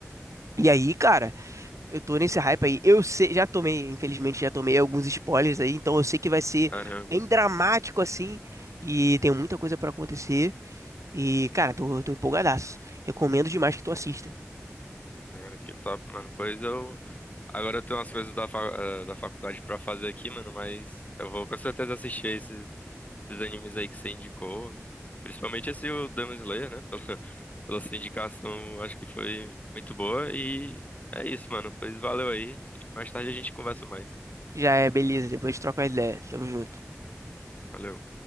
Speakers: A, on the right; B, on the left.
A: E aí, cara, eu tô nesse hype aí. Eu sei, já tomei, infelizmente já tomei alguns spoilers aí, então eu sei que vai ser
B: caramba.
A: bem dramático assim e tem muita coisa pra acontecer. E, cara, tô, tô empolgadaço. Recomendo demais que tu assista.
B: Ah, que top, mano. Pois eu. Agora eu tenho umas coisas da, fa... eh, da faculdade pra fazer aqui, mano, mas eu vou com certeza assistir esses, esses animes aí que você indicou. Principalmente esse o Demon Slayer, né? <laughs> Pela, pela sua indicação, acho que foi muito boa. E é isso, mano. Pois valeu aí. Mais tarde a gente conversa mais.
A: Já é beleza, depois troca a ideia. Tamo junto.
B: Valeu.